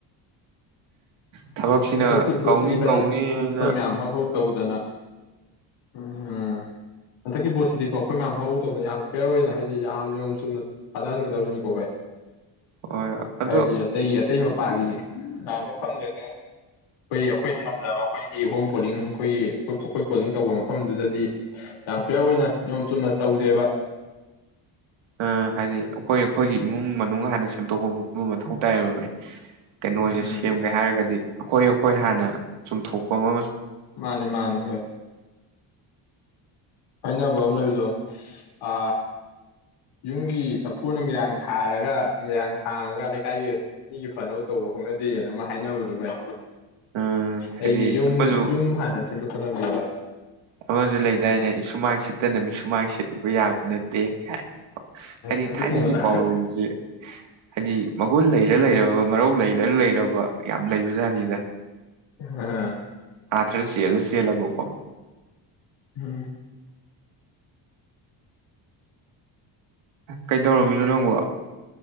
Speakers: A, on the right (about 75°); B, on the left (about 80°).
A: ꯊꯕꯛꯁꯤꯅ
B: ꯍꯟꯗꯛꯀꯤ ꯕꯣꯠꯁꯤꯗꯤ
A: ꯀꯧꯅꯤ
B: ꯚꯥꯏ
A: ꯀꯧꯅꯤꯅ
B: ꯑꯩꯈꯣꯏ ꯃꯌꯥꯝ ꯍꯧ ꯍꯧ ꯇꯧꯗꯅ ꯎꯝ ꯍꯟꯗꯛꯀꯤ ꯄꯣꯠꯁꯤꯗꯤꯀꯣ ꯑꯩꯈꯣꯏ ꯃꯌꯥꯝ ꯍꯧꯍꯗꯧꯕꯗꯅ ꯌꯥꯝ ꯐꯤꯌꯔ ꯑꯣꯏꯅ ꯍꯥꯏꯗꯤ ꯌꯥꯝ ꯅꯤꯌꯣꯝ ꯆꯨꯝꯅ ꯊꯥꯗꯍꯟꯒꯗꯕꯅꯤꯀꯣ ꯚꯥꯏ
A: ꯍꯣꯏ ꯑꯗꯣ
B: ꯍꯥꯏꯗꯤ ꯑꯇꯩ ꯑꯇꯩ ꯃꯄꯥꯒꯤ ꯂꯥꯝꯕ ꯐꯪꯗꯗ ꯑꯩꯈꯣꯏ ꯑꯩꯈꯣꯏꯅ ꯉꯝꯖꯕ ꯑꯩꯈꯣꯏꯒꯤ ꯍꯣꯝ ꯄꯣꯂꯤꯡ ꯑꯩꯈꯣꯏꯒꯤ ꯑꯩꯈꯣꯏ ꯑꯩꯈꯣꯏ ꯄꯣꯂꯤꯡ ꯇꯧꯕ ꯃꯐꯝꯗꯨꯗꯗꯤ ꯌꯥꯝ ꯐꯤꯌꯔ ꯑꯣꯏꯅ ꯅꯤꯌꯣꯝ ꯆꯨꯝꯅ ꯇꯧꯖꯩꯕ
A: ꯑ ꯍꯥꯏꯗꯤ ꯑꯩꯈꯣꯏ ꯑꯩꯈꯣꯏꯒꯤ ꯏꯃꯨꯡ ꯃꯅꯨꯡ ꯍꯥꯟꯅ ꯁꯦꯝꯗꯣꯛꯄꯕꯨ ꯃꯊꯧ ꯇꯥꯏꯌꯦꯕ ꯚꯥꯏ ꯀꯩꯅꯣꯁꯦ
B: ꯎꯝ
A: ꯁꯦꯝꯒꯦ ꯍꯥꯏꯔꯒꯗꯤ ꯑꯈꯣꯏ ꯑꯈꯣꯏ ꯍꯥꯟꯅ ꯆꯨꯝꯊꯣꯛꯄꯃ
B: ꯃꯥꯅꯦ ꯃꯥꯅꯦ ꯚꯥꯏ ꯍꯥꯏꯅꯕ ꯑꯃ ꯂꯩꯕꯗꯣ ꯑ ꯌꯨꯝꯒꯤ ꯆꯐꯨꯅ ꯃꯤꯔꯥꯡ ꯊꯥꯔꯒ ꯃꯤꯔꯥꯡ ꯊꯥꯡꯉꯒ ꯂꯩꯀꯥꯏꯒꯤ ꯃꯤꯒꯤ ꯐꯅꯕ ꯇꯧꯕ ꯍꯧꯅꯗꯦꯅ ꯑꯃ ꯍꯥꯏꯅꯕꯗꯣ ꯚꯥꯏ
A: ꯎꯝ
B: ꯑꯩꯒꯤ
A: ꯍꯥꯏꯗꯤ
B: ꯌꯨꯝ
A: ꯑꯃꯁꯨ
B: ꯌꯨꯝ ꯍꯥꯟꯅ ꯁꯦꯝꯗꯣꯛ ꯀꯗꯝꯅꯦꯕ
A: ꯑꯃꯁꯨ ꯂꯩꯗꯥꯏꯅꯦ ꯏꯁꯨꯃꯥꯡ ꯁꯤꯠꯇꯅ ꯃꯤ ꯁꯨꯃꯥꯡ ꯁꯤꯠꯂꯨꯕ ꯌꯥꯕ ꯅꯠꯇꯦ ꯀꯥꯏ ꯍꯥꯏꯗꯤ
B: ꯑꯗꯨꯒꯨꯝꯕꯗ
A: ꯊꯥꯏꯅꯒꯤ ꯄꯥꯎꯔꯧꯁꯦ ꯍꯥꯏꯗꯤ ꯃꯒꯨꯟ ꯂꯩꯔ ꯂꯩꯔꯕ ꯃꯔꯧ ꯂꯩꯔ ꯔ ꯂꯩꯔꯕ ꯌꯥꯝ ꯂꯩꯕ ꯖꯥꯠꯅꯤꯗ
B: ꯑ
A: ꯑꯥꯊ꯭ꯔ ꯆꯦꯜꯂ ꯆꯦꯜꯂꯕꯀꯣ
B: ꯎꯝ
A: ꯀꯩꯗꯧꯔꯝꯃꯤꯅꯣ ꯅꯪꯕꯣ